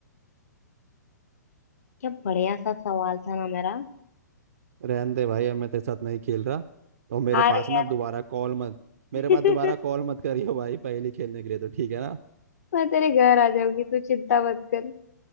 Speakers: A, on the left (about 55°); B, on the right (about 50°).
A: क्या बढ़िया सा सवाल था ना मेरा
B: रहने दे भाई अब मैं तेरे साथ नहीं खेल रहा और मेरे
A: हार
B: पास
A: गया
B: ना अब
A: ना
B: दोबारा कॉल मत मेरे
A: <laughs>
B: पास दोबारा कॉल मत करियो भाई पहली खेलने के लिए तो ठीक है ना
A: मैं तेरे घर आ जाऊंगी तू चिंता मत कर